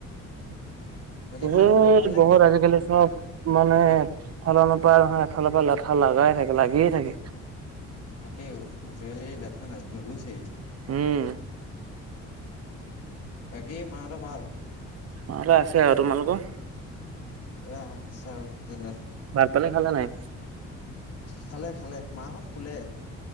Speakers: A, on the left; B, on the right.
A: বাকী
B: <unintelligible>
A: মাহঁতৰ ভালনে
B: বহুত আজিকালি চব মানে, এফালৰ পৰা নহয়, এফালৰ পৰা লেঠা লাগাই থাকে, লাগিয়ে থাকে।
A: তাকে অ'! আজিকালি, লেঠা নাজ, নুগুচেই।
B: উম!
A: বাকী, মাহঁতৰ ভাল?
B: মাহঁতে আছে আৰু তোমালোকৰ?
A: এয়া, আছে আৰু যেনে
B: ভাত-পানী খালা নাই?
A: খালে-খালে, মাহঁত শুলে।